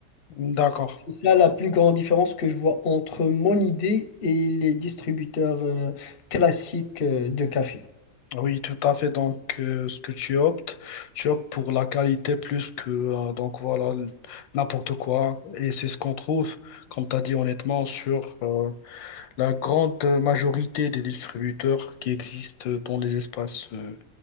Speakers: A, on the left (about 85°); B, on the left (about 45°).
A: D'accord.
B: C'est ça la plus grande différence que je vois entre mon idée et les distributeurs euh, classiques euh, de café.
A: Oui, tout à fait. Donc, euh, ce que tu optes, tu optes pour la qualité plus que, euh, donc voilà, l- n'importe quoi. Et c'est ce qu'on trouve, comme tu as dit honnêtement, sur euh, la grande majorité des distributeurs qui existent dans les espaces euh,